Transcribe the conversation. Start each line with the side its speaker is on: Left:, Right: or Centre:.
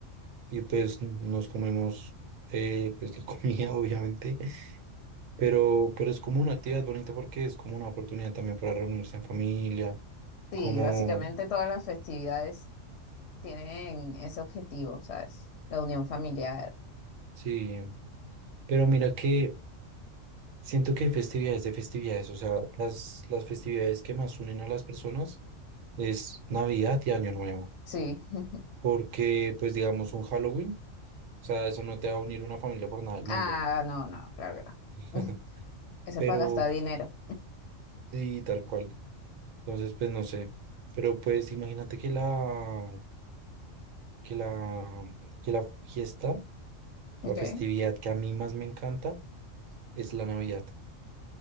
Right: y pues nos comemos eh, pues la comida, <laughs> obviamente, pero, pero es como una actividad bonita porque es como una oportunidad también para reunirse en familia,
Left: Sí,
Right: como,
Left: básicamente todas las festividades tienen ese objetivo, ¿sabes? La unión familiar.
Right: sí, pero mira que siento que hay festividades de festividades, o sea, las, las festividades que más unen a las personas es Navidad y Año Nuevo,
Left: Sí. <laughs>
Right: porque pues digamos un Halloween, o sea, eso no te va a unir una familia por nada del mundo,
Left: Ah, no, no, claro que no.
Right: <laughs>
Left: <laughs> Eso
Right: pero
Left: es para gastar dinero.
Right: sí, tal cual, entonces pues no sé, pero pues imagínate que la que la, que la fiesta,
Left: Ok.
Right: la festividad que a mí más me encanta es la Navidad,